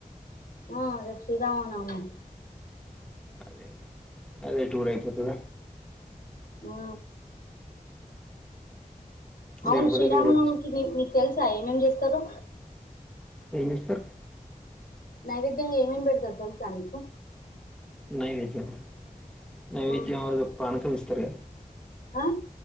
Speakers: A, on the left; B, in the centre.
A: ఆ అదేచు శ్రీరామనవమి
B: అదే అదే టూర్ అయిపోతద
A: న అవును
B: లేకపోతే
A: శ్రీరామనవమికి
B: వేరే
A: నీకు నీకు తెలుసా ఏం ఏం చేస్తరో
B: ఏంచేస్తరు
A: నైవేధ్ ద్యంగా ఏం ఏం పెడతారు తెలుసా నీకు
B: నైవేద్యం నైవేద్యం
A: ఆ
B: ఏదో పానకం ఇస్ పెరుగ
A: ఆ